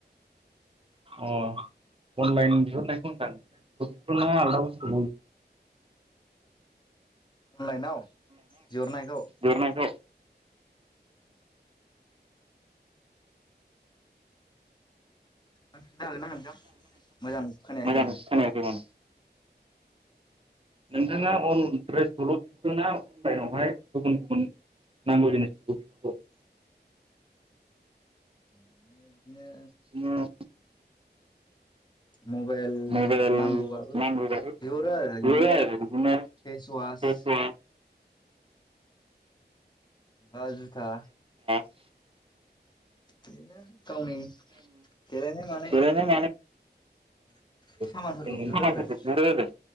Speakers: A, on the right (about 30°); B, on the left (about 25°).
A: अ अनलाइन बिहरनायखौ होनदां ना आलदा बुस्तुबो
B: लाइनाव बिहरनायखौ
A: बिहरनायखौ
B: ना हागोनना नोंथां मोजां खोनायाखै
A: मोजां
B: माने
A: खोनायाखै माने नोंथाङा अन ड्रेसखौल' बिहरोना अनलाइनावहाय गुबुन गुबुन नांगौ जिनिसखौबो बिहरबावो <inaudible>
B: माने बिदिनो
A: <unintelligible>
B: मबाइल
A: मबाइल
B: नांगौबाबो
A: नांगौ जायो
B: बिहरो आरो
A: बिहरो
B: बिदिनो
A: बिदिनो
B: फेसवास
A: दस्रा
B: आ जुथा
A: औ
B: दिनो गावनि देलायनाय मानाय
A: देलायनाय
B: <unintelligible>
A: सामानफोरखौ
B: बिहरो आरो मा
A: बिहुरो आरो